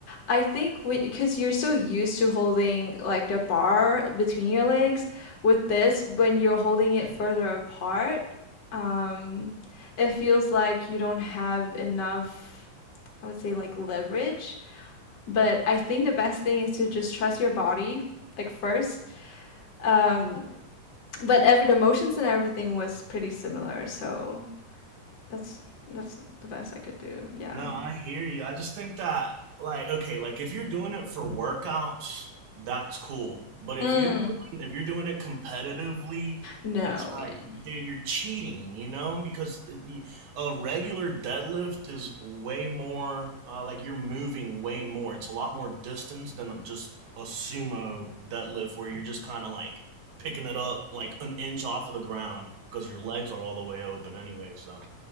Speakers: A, on the left; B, on the right.
A: I think because you're so used to holding like the bar between your legs, with this, when you're holding it further apart, um, it feels like you don't have enough, I would say like leverage. But
B: Yeah.
A: I think the best thing is to just trust your body, like first. Um, but every the motions and everything was pretty similar, so that's that's the best I could do. Yeah.
B: No, I hear you. I just think that, like, okay, like if you're doing it for workouts, that's cool. But if
A: Mm.
B: you're doing, if you're doing it competitively,
A: No.
B: it's
A: Yeah.
B: like, dude, you're cheating, you know? Because the, a regular deadlift is way more, uh, like you're moving way more. It's a lot more distance than just a sumo deadlift where you're just kind of like picking it up like an inch off of the ground because your legs are all the way open anyway. So